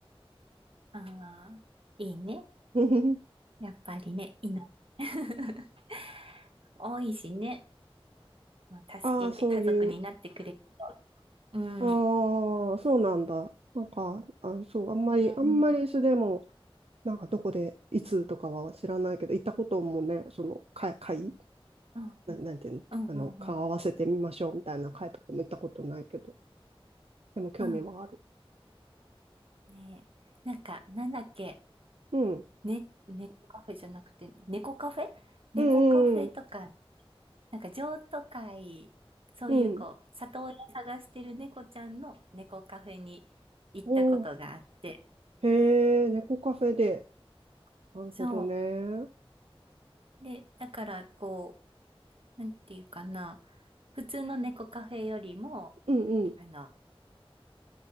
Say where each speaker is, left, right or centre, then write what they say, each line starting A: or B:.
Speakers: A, on the right; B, on the right.
A: ああ、いいね。
B: <laughs>
A: やっぱりね、犬。<laughs> 多いしね。もう助けて家族になってくれると
B: ああ、そういう
A: うん。
B: ああ、そうなんだ。なんか、あ、そう、あんまり、あんまりそでも、
A: うん、うん、
B: なんかどこで、いつとかは知らないけど、行ったこともね、その会、会、
A: うん、う
B: な、なんていうの、
A: ん、
B: あの、
A: うん、
B: 顔合わせてみましょうみたいな会とかも行ったことないけど、
A: うん。
B: でも興味はある。
A: うんねえ。なんか、なんだっけ。
B: うん。
A: ね、猫カフェじゃなくて、猫カフェ猫カフェとか
B: うんうん
A: なんか譲渡会、そういうこう、
B: うん。うん。
A: 里親探してる猫ちゃんの猫カフェに行ったことがあって、
B: おーへえ、猫カフェで。なるほどね。
A: そう。
B: うん
A: で、だからこう、なんていうかな、普通の猫カフェよりも、
B: うん。
A: あの、